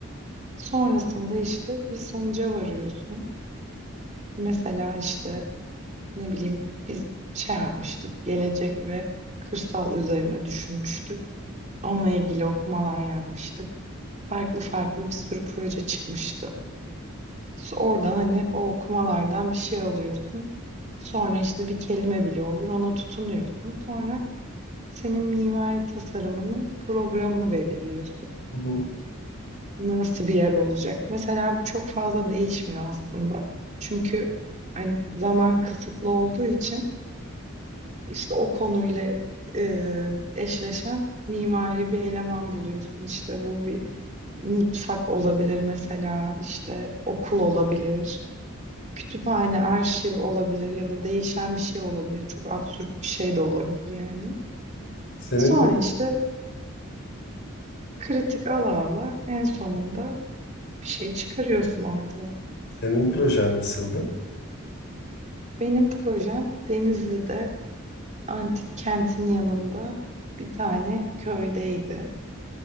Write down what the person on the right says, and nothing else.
Sonrasında işte bir sonuca varıyorsun. Mesela işte ne bileyim biz şey yapmıştık, gelecek ve kırsal üzerine düşünmüştük. Onunla ilgili okumalar yapmıştık. Farklı farklı bir sürü proje çıkmıştı. Oradan hani o okumalardan bir şey alıyorsun. Sonra işte bir kelime bile olur ona tutunuyorsun. Sonra senin mimari tasarımının programını belirliyorsun.
Nasıl bir yer olacak? Mesela bu çok fazla değişmiyor aslında. Çünkü hani zaman kısıtlı olduğu için işte o konuyla e, eşleşen mimari bir eleman buluyorsun. İşte bu bir mutfak olabilir mesela işte okul olabilir Kütüphane, arşiv olabilir ya da değişen bir şey olabilir. Çok absürt bir şey de olabilir yani.
Sonra işte kritik ala ala en sonunda bir şey çıkarıyorsun ortaya.
Benim projem Denizli'de antik kentin yanında bir tane köydeydi.